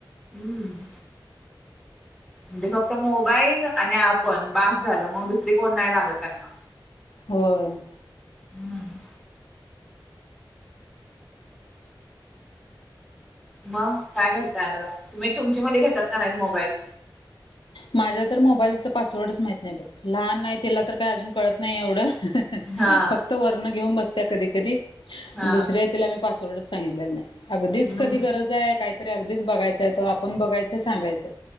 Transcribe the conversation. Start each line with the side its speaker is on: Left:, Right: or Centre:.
Centre: हम्म. म्हणजे फक्त मोबाईल आणि आपण बास झालं मग दुसरी कोण नाही लागत त्यांना.
Left: होय.
Centre: हम्म मग काय करताय आता तुम्ही तुमची मुली घेतात का नाहीत मोबाईल?
Left: माझ्या तर मोबाईलचं पासवर्डच माहत नाही बघ. लहान नाही त्याला तर काय अजून कळत नाही एवढं
Centre: हा
Left: फक्त. <unintelligible> तर वर्ण घऊन बसत्या कधी कधी
Centre: हा
Left: दुसऱ्या तिला मी पासवर्डच सांगितलेलं नाही. अगदीच
Centre: हम्म
Left: कधी गरज आहे काहीतरी अगदीच बघायचंय त आपण बघायचं सांगायचं.